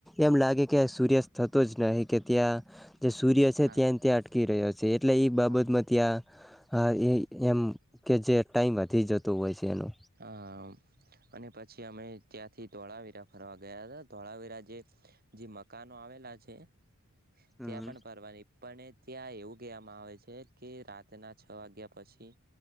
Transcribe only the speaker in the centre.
એમ લાગે કે સૂર્યાસ્ત થતો જ નહી કે ત્યાં જે સૂર્ય છે
ત્યાં નત્યાં અટકી રહ્યો છે. એટલે ઈ બાબતમાં
ત્યાં હા એ એમ કે, જે ટાઈમ વધી જતો હોય છે. એનો
હમ